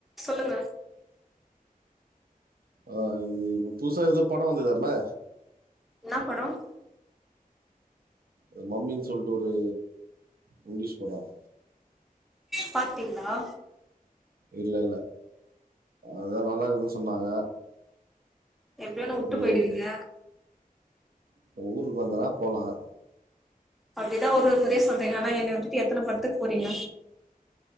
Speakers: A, in the centre; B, on the right (about 80°).
A: சொல்லுங்க
B: ஆஹ் இ இப்ப புதுசா எதோ படம் வந்துகுதாமே
A: என்னா படம்
B: அ மம்மின்னு சொல்லிட்டு ஒரு இங்கிலீஷ் படம்
A: பாத்திட்டுங்களா
B: இல்ல இல்ல அதான் நல்லா கீதுன்னு சொன்னாங்க <inaudible>
A: எப்படி
B: இப்ப
A: விட்டு போயிடுவீங்க
B: இப்ப ஊருக்கு வந்தனா போலாம்
A: அப்படிதான் ஒரு முறைய சொல்றேங்க ஆனா என்னை விட்டுட்டு எத்தனை படத்துக்கு போறீங்க